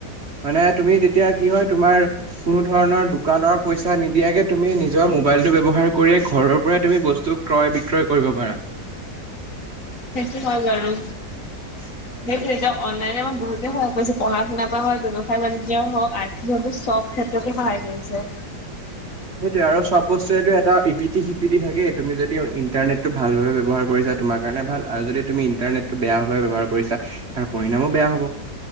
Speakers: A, on the right; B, on the left.
A: মানে তুমি তেতিয়া কি হয়? তোমাৰ- কোনো ধৰণৰ দোকানৰ পইচা নিদিয়াকে তুমি নিজৰ মোবাইলটো ব্যৱহাৰ কৰিয়ে ঘৰৰ পৰাই তুমি বস্তু- ক্ৰয় বিক্ৰয় কৰিব পাৰা।
B: সেইটো হয় বাৰু।
A: <inaudible>
B: সেইটোৱে, এতিয়া অনলাইনে আমাৰ বহুতে সহায় কৰিছে পঢ়া শুনা কৰা হওঁক, ব্যৱসায় বাণিজ্য হওঁক, আৰ্থিক চব ক্ষেত্ৰতে সহায় দিছে।
A: সেইটোয়ে আৰু চব বস্তুৰেটো এটা ইপিঠি সিপিঠি থাকে তুমি যদি ইণ্টাৰনেটটো ভাল ভাবে ব্যৱহাৰ কৰিছাঁ। তোমাৰ কাৰণে ভাল আৰু যদি তুমি ইণ্টাৰনেটটো বেয়া ভাৱে ব্যৱহাৰ কৰিছা তাৰ পৰিণামো বেয়া হ'ব।